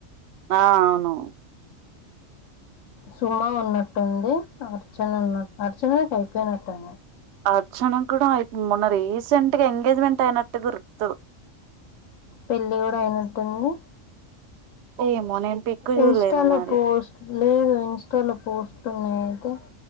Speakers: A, on the right; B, on the left.
A: ఆ అవును
B: సుమా ఉన్నటుంది అర్చన ఉన్నట్ అర్చన కి పోయినటుం
A: అర్చన కూడా అయి మొన్న రీసెంట్ గా ఎంగేజ్మెంట్ అయినట్టు గుర్తు
B: పెళ్లి కూడా అయిన ఉంటుంది
A: ఏమో నేను పిక్ చూడలేదు
B: ఇన్స్టాలో
A: మరి
B: పోస్ట్ లేదు ఇన్స్టాలో పోస్ట్ న్నాయయితే